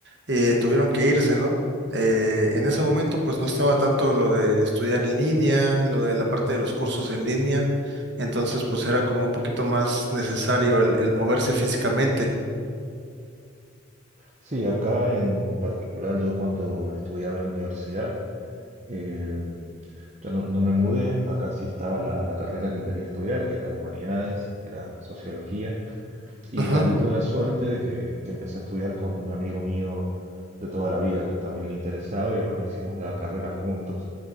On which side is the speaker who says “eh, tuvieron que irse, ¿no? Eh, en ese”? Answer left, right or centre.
Right